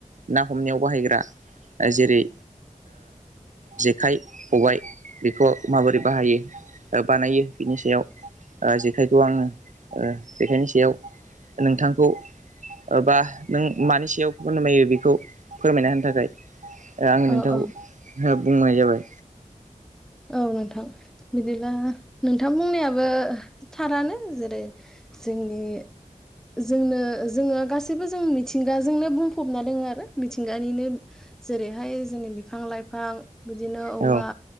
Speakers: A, on the right (about 65°); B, in the centre.
A: ना। हमनायाव बाहायग्रा जेरै। जेखाइ खबबाय बेखौ माबोरै बाहायो। बानायो बिनि सायाव ओ जेखाइखौ आङो ओ जेखाइनि सायाव। नोंथांखौ बा नों मानि सायावफोरमायो बेखौ। फोरमायना होनो थाखाय ओ आं नोंथांखौ
B: औ औ
A: बुंनाय जाबाय।
B: औ। नोंथां बिदिब्ला नोंथां बुंनायाबो थारानो जेरै जोंनि। बे। जोंनो जोङो गासैबो जों मिथिंगाजोंनो बुंफबना दोङो आरो मिथिंगानिनो- जेरैहाय जोंनि बिफां लाइफां बिदिनो औवा।
A: औ